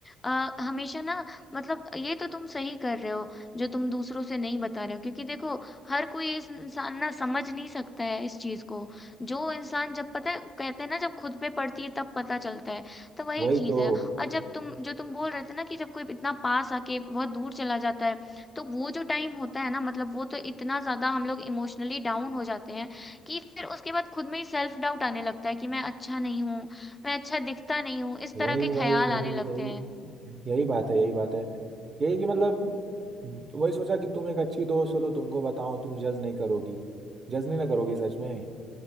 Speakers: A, on the left; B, on the right.
A: आ, हमेशा ना मतलब ये तो तुम सही कर रहे हो जो तुम दूसरों से नहीं बता रहे हो क्योंकि देखो हर कोई इस इंसान ना समझ नहीं सकता है इस चीज को जो इंसान जब पता है कहते हैं ना जब खुद पे पड़ती है तब पता चलता है तो वही
B: वही
A: चीज
B: तो
A: है और जब तुम जो तुम बोल रहे थे ना कि जब कोई इतना पास आके बहुत दूर चला जाता है तो वो जो टाइम होता है ना मतलब वो तो इतना ज्यादा हम लोग इमोशनली डाउन हो जाते हैं कि फिर उसके बाद खुद में ही सेल्फ डाउट आने लगता है कि मैं अच्छा नहीं हूँ मैं अच्छा दिखता नहीं हूँ इस
B: वही
A: तरह के
B: वही
A: ख्याल
B: वही
A: आने लगते
B: यही
A: हैं
B: यही बात है यही बात है यही कि मतलब वही सोचा कि तुम एक अच्छी दोस्त हो तो तुमको बताओ तुम जज नहीं करोगी जज नहीं ना करोगी सच में